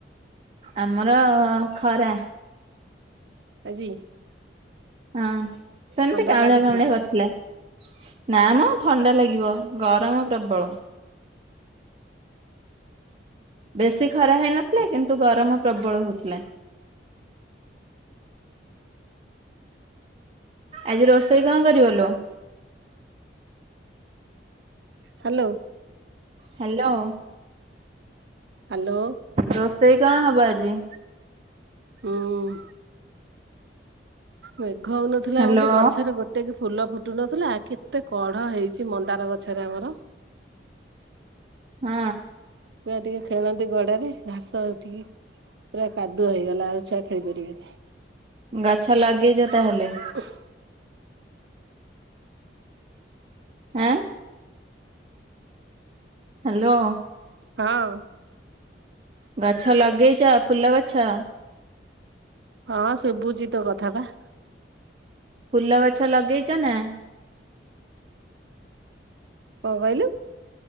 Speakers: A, on the right (about 35°); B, on the right (about 70°).
A: ଆମର ଖରା।
B: ଆଜି।
A: ହଁ ସେମିତି
B: ଥଣ୍ଡା
A: କାଉଁଳିଆ
B: ଲାଗୁଥିଲା
A: କାଉଁଳିଆ ନା ମ ଥଣ୍ଡା ଲାଗିବ ଗରମ ପ୍ରବଳ। ବେଶୀ ଖରା ହେଇନଥିଲେ କିନ୍ତୁ ଗରମ ପ୍ରବଳ ହଉଥିଲା। ଆଜି ରୋଷେଇ କଣ କରିବଲୁ?
B: ହ୍ୟାଲୋ।
A: ହ୍ୟାଲୋ।
B: ହ୍ୟାଲୋ।
A: ରୋଷେଇ କଣ ହବ ଆଜି?
B: ହୁଁ। ମେଘ ହଉନଥିଲା
A: ହ୍ୟାଲୋ
B: ବୋଲି ଗଛରେ ଗୋଟେ ଟକି ଫୁଲ ଫୁଟୁ ନଥିଲା କେତେ କଢ ହେଇଛି ମନ୍ଦାର ଗଛରେ ଆମର।
A: ହଁ।
B: ୁଆ ଟିକେ ଖେଳନ୍ତି ଗଡାରେ ଘାସ ହଉ ଟିକେ ପୁରା କାଦୁଅ ହେଇଗଲା ଆଉ ଛୁଆ ଖେଳି ପାରିବିନି।
A: ଗଛ ଲାଗେଇଛ ତାହେଲେ।
B: ହ <unintelligible>
A: ହଁ ହ୍ୟାଲୋ।
B: ହଁ।
A: ଗଛ ଲଗେଇଛ ଫୁଲ ଗଛ।
B: ହଁ ଶୁଭୁଛି ତ କଥା ବା।
A: ଫୁଲ ଗଛ ଲଗେଇଛ ନା
B: କଁ କହିଲୁ?